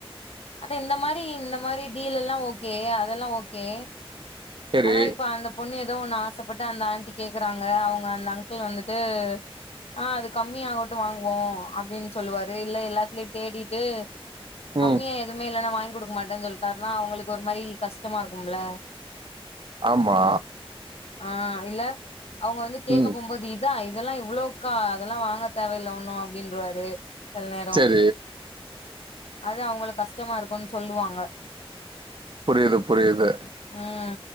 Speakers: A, on the left; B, on the right.
A: அத இந்த மாரி இந்த மாரி டீல் எல்லா ஓகே அதெல்லா ஓகே
B: சரி
A: ஆனா இப்ப அந்த பொண்ணு ஏதோ ஒண்ணு ஆசப்பட்டு அந்த ஆண்டி கேக்குறாங்க அவுங்க அந்த அங்கிள் வந்துட்டு ஆ அது கம்மியாகட்டு வாங்குவோ அப்டின்னு சொல்லுவாரு இல்ல எல்லாத்லயு தேடிட்டு
B: ம்
A: கம்மியா எதுவுமே இல்லன்னா வாங்கி கொடுக்க மாட்டேன்னு சொல்லிட்டாருன்னா அவுங்களுக்கு ஒரு மாரி கஷ்டமா இருக்கும்ல
B: ஆமா
A: ஆ இல்ல அவுங்க வந்து கேட்க
B: ம்
A: போகுபோது இப் இதா இதெல்லா இவ்ளோக்கா அதெல்லா வாங்க தேவயில்ல ஒண்ணு அப்டின்றுவாரு சில நேர
B: சே
A: இது அவுங்களுக்கு கஷ்டமா இருக்கும்னு சொல்லுவாங்க
B: புரியுது புரியுது
A: ம்